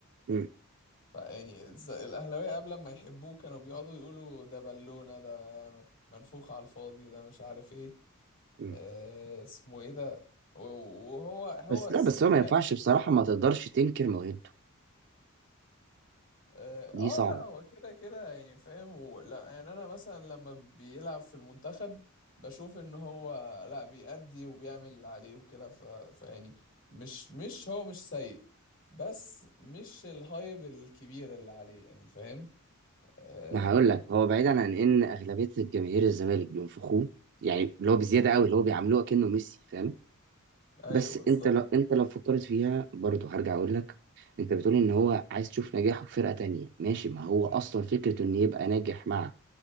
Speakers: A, on the right; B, on the left.
A: مم.
B: فيعني ز- الأهلاوية قبل ما يحبوه كانوا بيقعدوا يقولوا ده بالونة ده منفوخ على الفاضي ده مش عارف ايه
A: مم.
B: آه اسمه ايه ده و- وهو هو
A: بس لا
B: سيكا
A: بس هو ما ينفعش بصراحه ما تقدرش تنكر موهبته
B: اه
A: دي صعبه
B: آه، لا هو كده كده يعني فاهم ولا يعني انا مثلا لما بيلعب في المنتخب بشوف ان هو لا بيأدي وبيعمل اللي عليه وكده ف- فيعني مش مش هو مش سيء بس مش الهايب الكبير اللي عليه يعني فاهم آه،
A: ما هقول لك هو بعيدا عن ان اغلبيه الجماهير الزمالك بينفخوه يعني اللي هو بزياده
B: مم.
A: قوي اللي هو بيعاملوه كأنه ميسي فاهم
B: ايوه
A: بس
B: بالظبط
A: انت لو انت لو فكرت فيها برضه هرجع اقول لك انت بتقول ان هو عايز تشوف نجاحه في فرقه تانية ماشي ما هو اصلا
B: امم
A: فكره ان يبقى ناجح مع